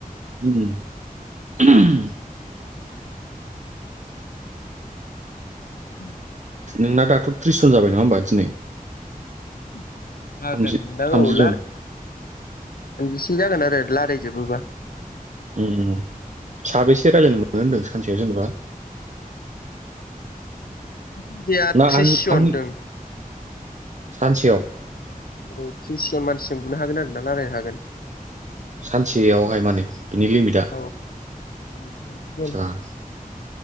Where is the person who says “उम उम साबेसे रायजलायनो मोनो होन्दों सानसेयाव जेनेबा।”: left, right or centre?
Right